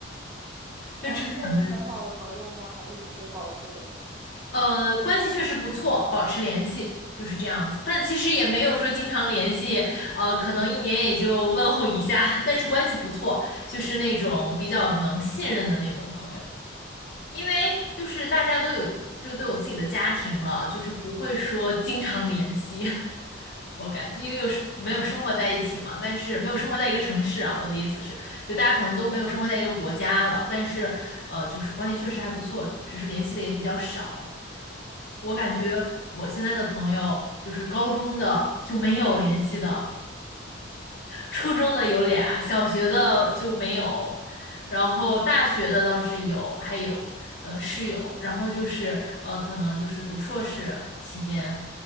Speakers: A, on the left; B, on the right.
A: 就只有两个人。
B: 哦，是很好的朋友吗？还是只是保持联系？
A: 呃，关系确实不错，保持联系就是这样子，但其实也没有说经常联系，呃，可能一年也就问候一下，但是关系不错，就是那种比较能信任的那种朋友，因为就是大家都有就都有自己的家庭了，就是不会说经常联系。<laughs> 我感觉，因为有时没有生活在一起嘛，但是没有生活在一个城市啊。我的意思是，就大家可能都没有生活在一个国家了，但是呃，就是关系确实还不错，只是联系的也比较少。我感觉我现在的朋友，
B: 哦，
A: 就是高中的就没有联系的，初中的有俩，小学的就没有，然后大学的倒是有，还有呃室友，然后就是呃可能就是读硕士期间